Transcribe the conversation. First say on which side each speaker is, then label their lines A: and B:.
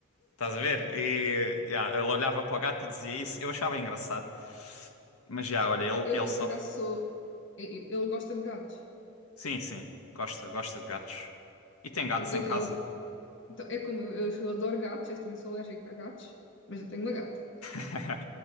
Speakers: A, on the left; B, on the left.
A: Estás a ver? E yeah, ele olhava para o gato e dizia isso. Eu achava engraçado. Mas já, olha, ele,
B: Eu,
A: ele
B: eu,
A: sofre.
B: por acaso, sou... e- e- Ele gosta de gatos.
A: Sim, sim, gosta, gosta de gatos. E tem gatos
B: Eu,
A: em casa.
B: eu- então, é como eu, eu, eu adoro gatos, eu também sou alérgica a gatos, mas eu tenho uma gata.
A: <laughs>